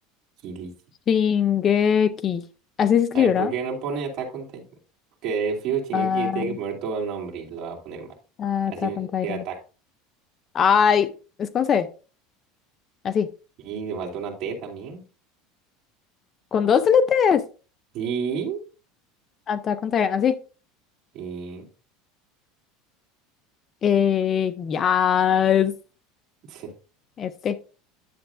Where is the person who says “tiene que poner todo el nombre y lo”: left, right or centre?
Right